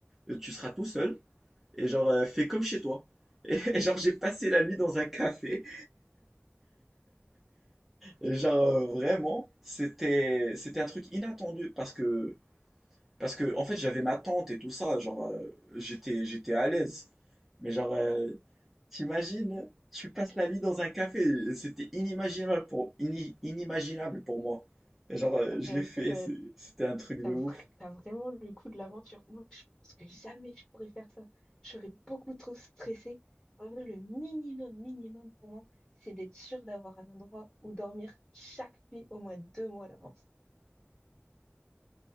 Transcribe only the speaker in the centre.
euh, tu seras tout seul et genre euh, fais comme chez toi. Et, <laughs> et genre j'ai passé la nuit dans un café. Et genre euh, vraiment, c'était c'était un truc inattendu parce que parce que en fait j'avais ma tante et tout ça, genre euh, j'étais j'étais à l'aise. Mais genre euh, t'imagines, tu passes la nuit dans un café, c'était inimaginable pour ini- inimaginable pour moi. Et genre euh,
je l'ai fait,
c'est- c'était un truc de
ouf.